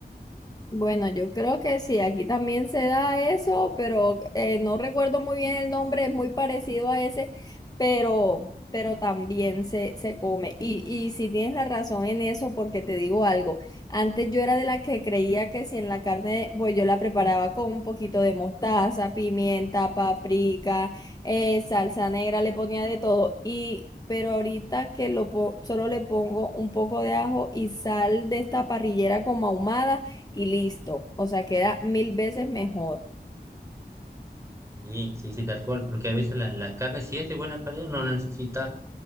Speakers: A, on the left; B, on the right.
A: Bueno, yo creo que sí, aquí también se da eso, pero eh, no recuerdo muy bien el nombre, es muy parecido a ese, pero, pero también se, se come. Y, y si tienes la razón en eso, porque te digo algo, antes yo era de la que creía que si en la carne, pues yo la preparaba con un poquito de mostaza, pimienta, paprika, eh, salsa negra, le ponía de todo. Y pero ahorita que lo po- solo le pongo un poco de ajo y sal de esta parrillera como ahumada y listo. O sea, queda mil veces mejor.
B: Sí, sí, sí, tal cual, porque a veces la, la carne, si es de buena calidad, no necesita